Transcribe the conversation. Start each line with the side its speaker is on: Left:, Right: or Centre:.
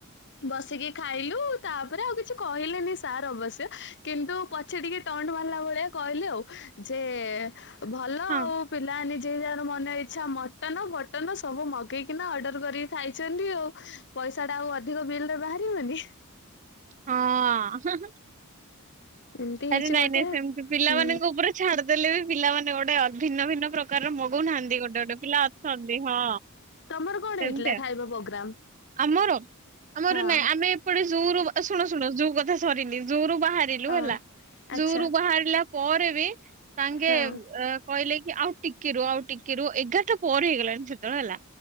Left: ବସିକି ଖାଇଲୁ। ତାପରେ ଆଉ କିଛି କହିଲେନି ସାର୍ ଅବଶ୍ୟ କିନ୍ତୁ ପଛେ ଟିକେ ତଣ୍ଟ ମାରିଲା ଭଳିଆ କହିଲେ ଆଉ। ଯେ ଭଲ
Right: ହଁ
Left: ଆଉ। ପିଲା ନିଜେ ଯାର ମନ ଇଚ୍ଛା ମଟନ ଫଟନ ସବୁ ମଗେଇକିନା ଅର୍ଡର କରିକି ଖାଇଛନ୍ତି ଆଉ। ପଇସାଟା ଆଉ ଅଧିକ ବିଲରେ ବାହାରିବନି।
Right: ହଁ ହେଁ ହେଁ
Left: ଏମିତି ହେଇଛି
Right: ଆରେ ନାଇଁ
Left: ବୋଧେ
Right: ନାଇଁ ସେମତି ପିଲାମାନଙ୍କ
Left: ହୁଁ
Right: ଉପରେ ଛାଡିଦେଲେ ବି ପିଲାମାନେେ ଗୋଟେ ଭିନ୍ନ ଭିନ୍ନ ପ୍ରକା ପ୍ରକାରର ମଗୁନାହାନ୍ତି ଗୋଟେ ଗୋଟେ ପିଲା ଅଛନ୍ତି ହଁ
Left: ତମର କଣ
Right: ସେମିତି
Left: ହେଇଥିଲା
Right: ଆଉ
Left: ଖାଇବା ପ୍ରୋଗ୍ରାମ?
Right: ଆମର ଆମର
Left: ହଁ
Right: ନାଇଁ ଆମେ ଏପଟେ ଯୋଉରୁ ଶୁଣୁ ଶୁଣୁ ଯୋଉ କଥା ସରିନି ଜୁ ରୁ ବାହାର
Left: ହଁ
Right: ହେଲା
Left: ଆଚ୍ଛା
Right: ଜୁରୁ ବାହାରିଲା ପରେ ବି ତାଙ୍କେ
Left: ହଁ
Right: କହିଲେ କି ଆଉ ଟିକେ ରୁହ ଆଉ ଟିକେ ରୁହ। ଏଗାରଟା ପରେ ହେଇଗଲାଣି ସେତେବେଳେ ହେଲା